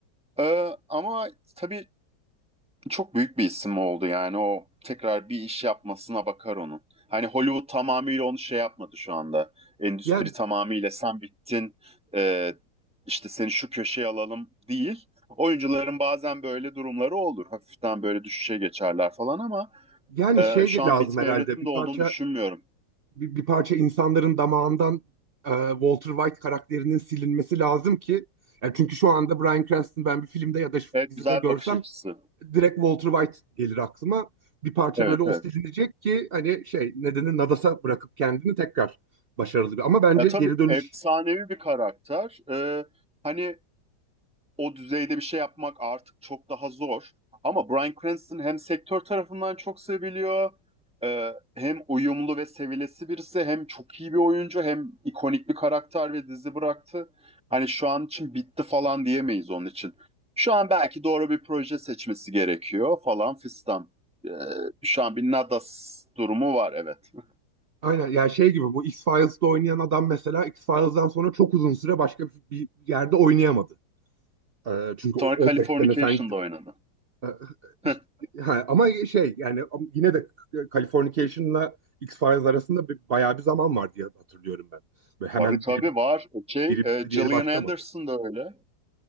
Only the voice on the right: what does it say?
Yani,
yani
şey
lazım
herhalde
bir parça
bir, bir parça insanların damağından e, Walter White karakterinin silinmesi lazım ki yani çünkü şu anda Bryan Cranston ben bir filmde ya da şu
dizide
görsem
direkt Walter White gelir aklıma. Bir parça
böyle o
silinecek ki hani şey nedeni Nadas'a bırakıp kendini tekrar başarılı bir. Ama bence
geri dönüş
aynen yani şey gibi bu X-Files'da oynayan adam mesela X-Files'dan sonra çok uzun süre başka bir, bir yerde oynayamadı. Ee, çünkü o-
15 sene sen gidip
e, işte,
ha, ama şey yani am- yine de Californication'la X-Files arasında bir, bayağı bir zaman var diye hatırlıyorum ben. Böyle hemen
biri, bit-
biri
bitti
diğeri başlamadı.